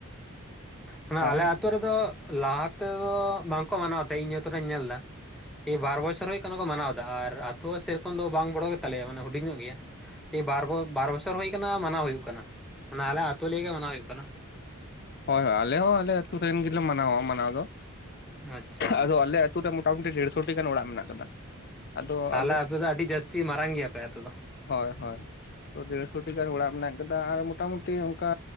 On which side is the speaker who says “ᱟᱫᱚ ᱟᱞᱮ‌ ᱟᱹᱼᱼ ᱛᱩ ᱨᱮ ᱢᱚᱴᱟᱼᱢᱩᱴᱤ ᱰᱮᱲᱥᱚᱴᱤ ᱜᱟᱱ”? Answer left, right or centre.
Left